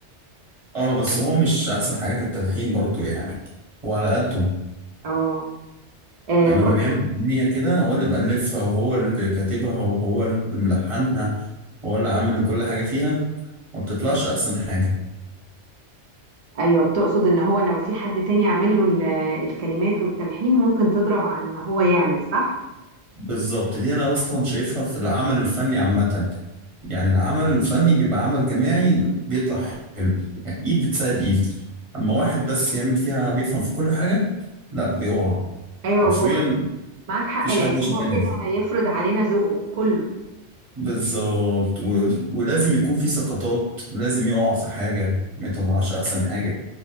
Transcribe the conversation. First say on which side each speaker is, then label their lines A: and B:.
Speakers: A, on the right; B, on the right.
A: اه بس هو مش احسن حاجه في التلحين برضو يعني وعلى قده
B: اه آه،
A: يعني
B: برضو
A: لما بيعمل أغنية كده هو اللي مألفها وهو اللي كاتبها وهو اللي ملحنها وهو اللي عامل كل حاجة فيها ما بتطلعش أحسن حاجة
B: ايوه بتقصد ان هو لو في حد تاني عامل له ال- الكلمات والتلحين ممكن تضرب عن ما هو يعمل صح
A: بالظبط دي أنا أصلا شايفها في العمل الفني عامة يعني العمل الفني بيبقى عمل جماعي بيطلع حلو يعني إيد بتساعد إيد أما واحد بس يعمل فيها بيفهم في كل حاجة لا بيقع
B: ايوه
A: حرفيا
B: وهو معاك حق
A: مفيش
B: لان
A: حد
B: هو
A: شامل
B: كده هيفرض علينا ذوقه كله
A: بالظبط و- ولازم يكون في سقطات لازم يقع في حاجة ما يطلعش أحسن حاجة